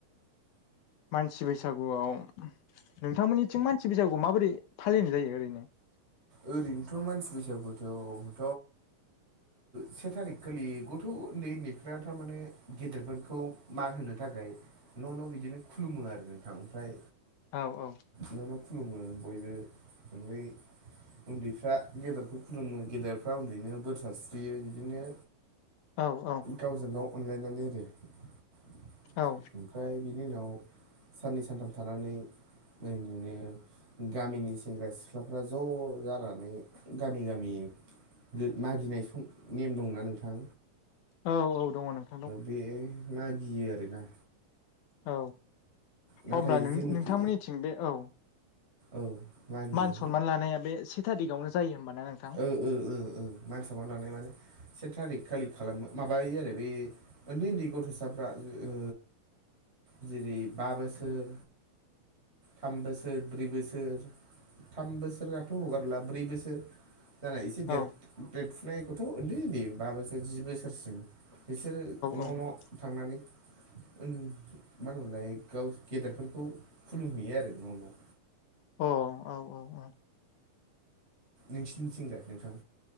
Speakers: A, on the left; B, on the right.
A: मानसि बैसागुआव नोंथांमोननिथिं मानसि बैसागुखौ माबोरै फालिनाय जायो ओरैनो
B: ओरैनोथ' मानसि बैसागुखौथ' से थारिख खालि गथ' उन्दै उन्दैफ्रा थारमाने गेदेरफोरखौ मान होनो थाखाय न' न' बिदिनो खुलुमो आरो नोंथां ओमफ्राय
A: औ औ
B: न' न' खुलुमो बयबो ओमफाय उन्दैफ्रा गेदेरखौ खुलुमो गेदेरफ्रा उन्दैनो बोर सारस्रियो बिदिनो
A: औ औ
B: गावजों गाव अनलायनानै आरो ओमफ्राय
A: औ
B: बिनि उनाव साननै सानथाम थानानै ओरैैनो गामिनि सेंग्रा सिख्ला फिसाफ्रा ज' जानानै गामि गामि <unintelligible> मागिनाय नेम दंना नोंथां
A: औ औ दङ नों
B: बे मागियो आरोना
A: औ
B: नाथाय
A: अब्ला नों
B: जोंनिखि
A: नोंथांमोननिथिं बे औ
B: औ मागियो
A: मान सनमान लानाया बे से थारिखावनो जायो होमबाना नों
B: ओ ओ मान सनमान लानाय माने से थारिक खालि खालामो माबायो आरो बे उन्दै उन्दै गथ'साफ्रा ओ जेरै बा बोसोर थाम बोसोर ब्रै बोसोर थाम बोसोराथ' हगारला ब्रै बोसोर जानाय एसे देर
A: औ
B: देरफुनाय गथ' उन्दै उन्दै बा बोसोर जि बोसोरसिम बिसोरो न'
A: औ अ
B: न' थांनानै मा होनोमोनलाय गाव गेदेरफोरखौ खुलुमहैयो आरो न' न'
A: अ औ औ औ
B: नोंसिनिथिंलाय नोंथां